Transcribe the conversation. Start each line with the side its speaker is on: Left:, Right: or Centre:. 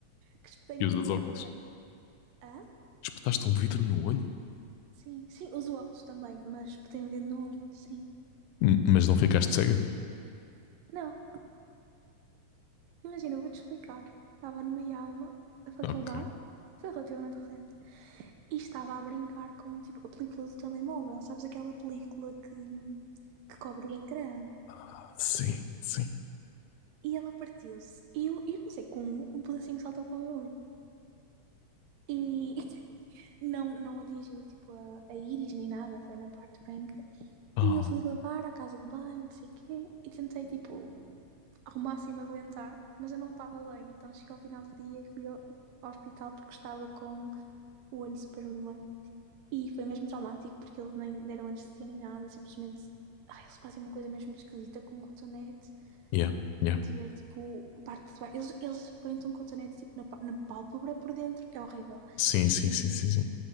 Right: que espetei
Left: E
Right: um
Left: usas
Right: vidro
Left: óculos.
Right: no olho. Ah?
Left: Espetaste um vidro no olho?
Right: Sim, sim, uso óculos também, mas espetei um vidro no olho, sim.
Left: M- Mas não ficaste cega?
Right: Não, imagina, eu vou-te explicar. Estava numa aula da faculdade,
Left: Ok.
Right: foi relativamente recente, e estava a brincar com, tipo, a película do telemóvel, sabes aquela película que, que cobre o ecrã?
Left: Ah, Sim, sim.
Right: e ela partiu-se. E eu, eu não sei como, um um pedacinho saltou para o meu olho. E <laughs> não, não atingiu tipo a, a íris nem nada, foi na parte branca.
Left: Oh,
Right: E eu fui lavar à casa de banho, não sei o quê, e tentei tipo ao máximo aguentar, mas eu não estava bem. Então cheguei ao final do dia e fui ao, ao hospital porque estava com o olho super vermelho. E foi mesmo traumático porque eles nem deram anestesia nem nada, simplesmente. Ai, eles fazem uma coisa mesmo esquisita com um cotonete
Left: yeah, yeah.
Right: a te ver, tipo, a parte de baixo. Eles, eles põem-te um cotonete, tipo, na, pá- na pálpebra por dentro. É horrível.
Left: Sim, sim,
Right: E
Left: sim, sim, sim.